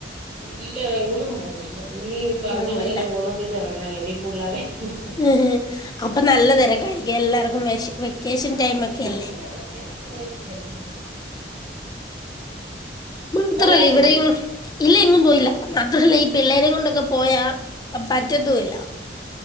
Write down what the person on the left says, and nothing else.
ഞാൻ
പോയില്ല.
ഉം അപ്പൊ നല്ല തിരക്കായിരിക്കും എല്ലാവർക്കും വിശ വെക്കേഷന്
ടൈമക്കെ
അല്ലേ
മാത്രല്ലേ
ഇവരേ ഇല്ല എങ്ങും പോയില്ല മാത്രല്ലേ ഈ പിള്ളേരെ കൊണ്ടൊക്കെ പോയാ പറ്റത്തൂല്ല